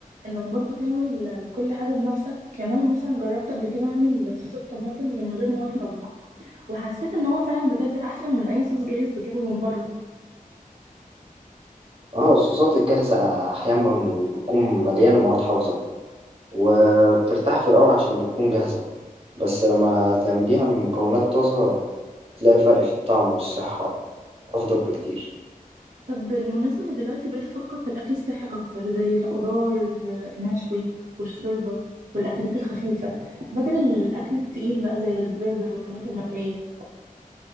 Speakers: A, on the right; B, on the right.
A: انك برضو تعمل آه، كل حاجه بنفسك يعني انا مثلا جربت قبل كده اعمل صوص الطماطم اللي من غير مواد حافظه وحسيت ان هو فعلا بجد احسن من اي صوص جاهز بجيبه من بره
B: اه الصوصات الجاهزة أحيانا بتكون مليانة مواد حافظة وبترتاحي في الأول عشان بتكون جاهزة بس لما تعمليها من مكونات طازة تلاقي الفرق في الطعم والصحة أفضل بكتير.
A: طب بالمناسبه انا دلوقتي بقيت افكر في الاكل الصحي اكتر زي الخضار آه، المشوي والشوربه والاكلات الخفيفه بدل الاكل التقيل بقى زي البرجر والحاجات المقليه